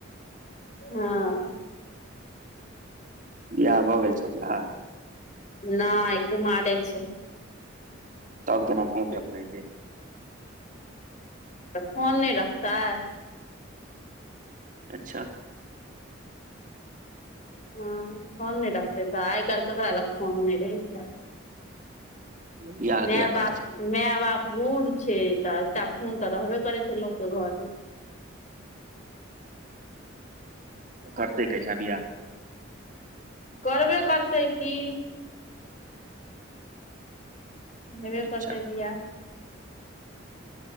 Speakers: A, on the left; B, on the right.
A: हँ।
B: बियाह भऽ गेल छै ओकरा।
A: नय कुमारे छै।
B: तब केना फोन ल अपनेके।
A: तऽ फोन नहि रखतै।
B: अच्छा।
A: हँ फोन नहि रखतै तऽ आइ काल्हि ककरा लग फोन नहि रहै छै।
B: बियाह कहिया
A: मै बाप।
B: करतै
A: मै बाप बूढ़ छै तऽ अच्छा फोन तऽ रहबे करै छै लोकके घरमे।
B: त करतै कहिआ बिहा।
A: करबे करतै की नवे
B: अच्छा
A: परर्ते बिया